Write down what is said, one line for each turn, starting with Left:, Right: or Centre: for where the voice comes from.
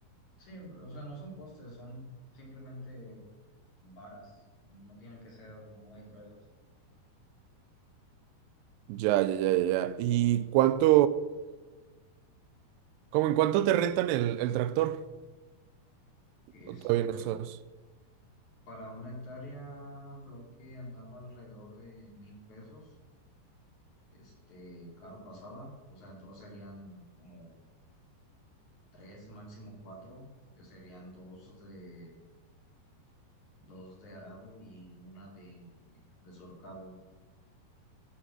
Left: Sí, o sea, no son postes, son simplemente varas, no tienen que ser muy gruesas.
Right: Ya, ya, ya, ya. ya. ¿Y cuánto, como en cuánto te rentan el, el tractor?
Left: Este,
Right: ¿O todavía no
Left: creo,
Right: sabes?
Left: para una hectárea creo que andaba alrededor de mil pesos. este, cada pasada, o sea, entonces serían como tres, máximo cuatro, que serían dos de, dos de arado y una de, de surcado.